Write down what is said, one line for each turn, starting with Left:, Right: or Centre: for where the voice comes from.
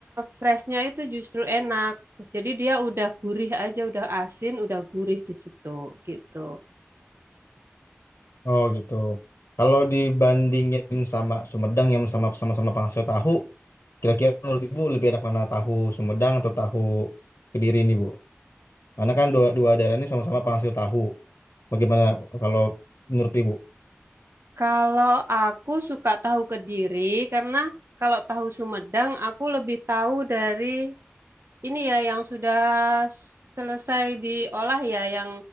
Right: freshnya itu justru enak. Jadi dia udah gurih aja, udah asin, udah gurih di situ gitu.
Left: Oh gitu. Kalau dibandingin sama Sumedang yang sama sama-sama penghasil tahu, kira-kira menurut Ibu lebih enak mana tahu Sumedang atau tahu Kediri ini Bu? Karena kan dua, dua daerah ini sama-sama penghasil tahu. Bagaimana kalau menurut Ibu?
Right: Kalau aku suka tahu Kediri karena kalau tahu Sumedang aku lebih tahu dari ini ya yang sudah selesai diolah ya yang